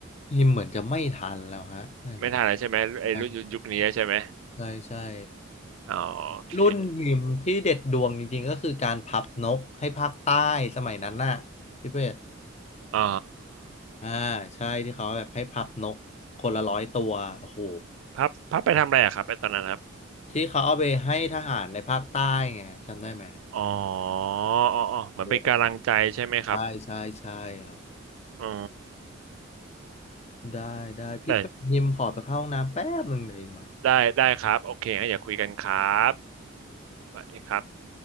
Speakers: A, on the left (about 35°); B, on the right (about 80°).
A: หิมเหมือนจะไม่ทันแล้วฮะถ้าอย่างนั้น
B: ไม่ทันแล้วใช่ไหมไอรุ่นยุคนี้ใช่ไหม
A: อ่ะใช่ใช่
B: อ๋อโอเค
A: รุ่นหิมที่เด็ดดวงจริงๆก็คือการพับนกให้ภาคใต้สมัยนั้นน่ะพี่เป็ด
B: อ๋อ
A: อ่าใช่ที่เขาแบบให้พับนกคนละร้อยตัวโอ้โห
B: พับพับไปทำอะไรอะครับไปตอนนั้นครับ
A: ที่เขาเอาไปให้ทหารในภาคใต้ไงจำได้ไหม
B: อ๋ออ๋ออ๋อเหมือนเป็นกำลังใจใช่ไหมครับ
A: โอ้ใช่ใช่ใช่ครับ
B: อ๋อ
A: ได้ได้พี่เป็ดหิมขอไปเข้าห้องน้ำแป๊บหนึ่งเลยวหิมมา
B: แต่ ได้ได้ครับโอเคงั้นอย่าคุยกันครับสวัสดีครับ